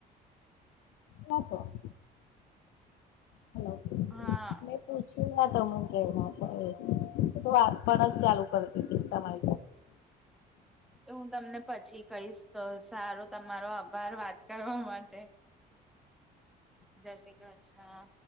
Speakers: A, on the left (about 85°); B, in the centre.
A: છો હલો
B: હા
A: પૂછી ના ત અમુ કે ના છો વાત પણ જ ચાલુ કરતી હતી તમા
B: હું તમને પછી કહીશ તો સારો તમારો આભાર વાત કરવા માટે જય શ્રી કૃષ્ણ